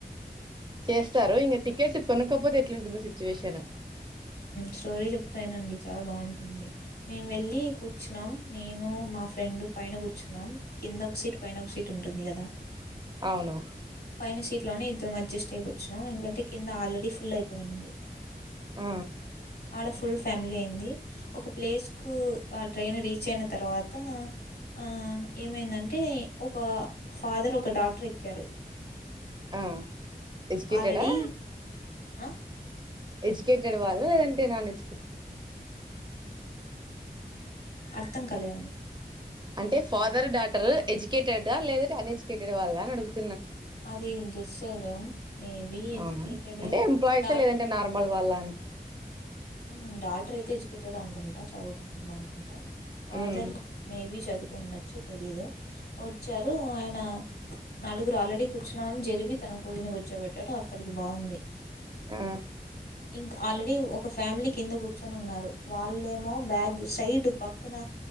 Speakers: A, on the right; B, on the left.
A: చేస్తారు ఇంక టికెట్ కొనుక్కపోతే ఎట్లుంటుందో సిచ్యువేషన్
B: స్టోరీ చెప్తాయనండి చాలా బాగుంటుంది మేము వెళ్ళి కూర్చున్నాం నేను మా ఫ్రెండ్ పైన కూర్చున్నాం కింద ఒక సీట్ పైన ఒక సీట్ ఉంటుంది కదా
A: అవును
B: పైన సీట్లోనే ఇద్దరం అడ్జస్ట్ అయ కూొచ్చుాం ఎందుకంటే కింద ఆల్రెడీ ఫుల్ అయిపోయింది
A: ఆ
B: ఆడ ఫుల్ ఫ్యామిలీ అయింది ఒక ప్లేస్కు ఆ ట్రైన్ రీచ్ అయిన తర్వాత అ ఏమైందంటే ఒక ఫాదర్ ఒక డాక్టర్ ఎక్కారు
A: ఆ ఎజుకేటడా
B: ఆల్రెడీ ఆ
A: ఎడ్యుకేటెడ్ వాళ్లు లేదంటే నాన్ వేజ్
B: అర్థం కాలేదండి
A: అంటే ఫాదర్ డాటర్ ఎడ్యుకేటెడ్ లేదంటే అన్ ఎడ్యుకేటెడ్ వాళ్ళా అని అడుగుతు
B: అది గెస్ సలం మేబి ఎజ్యకేటడే
A: అవునా అంటే ఎంప్లాయీసా
B: డాక్టర్
A: లేదంటే నార్మల్ వాళ్ళ అని
B: ఉ డాక్టర్ అయితే ఎడ్యుకేటెడ్ అనుకుంటా చదువుకుంటుందనుకుంటా ఫాదర్
A: ఉమ్
B: మే బి చదు ఉనండొచ్చు తెలీదు వచ్చారు ఆయన నలుగురు ఆల్రెడీ కూర్చున్నాని జరిపి తన కూతుని కూర్చోబెట్టండి అక్కడికి బాగుంది
A: ఆ
B: ఇంకా ఆల్రెడీ ఒక ఒక ఫ్యామిలీ కింద కూర్చొని ఉన్నారు వాళ్ళేమో బ్యాగ్ సైడ్ పక్కన